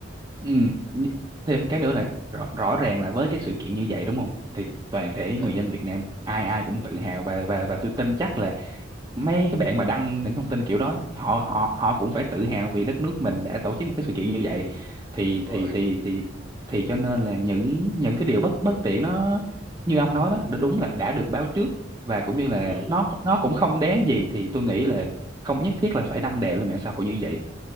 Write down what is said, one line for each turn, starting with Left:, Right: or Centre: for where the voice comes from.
Right: ừ Nh- thêm cái nữa là rõ, rõ ràng là với cái sự kiện như vậy đúng không thì toàn thể
Centre: ừ
Right: người dân Việt Nam ai ai cũng tự hào và và và tôi tin chắc là mấy cái bạn mà đăng những thông tin kiểu đó họ họ họ cũng phải tự hào vì đất nước mình đã tổ chức một cái sự kiện như vậy thì
Centre: đúng rồi
Right: thì thì thì thì cho nên là những những cái điều bất bất tiện nó như ông nói đó nó đúng là đã được báo trước và cũng như là
Centre: ừ
Right: nó nó cũng không đáng gì thì tôi nghĩ là không nhất thiết là phải đăng đè lên mạng xã hội như vậy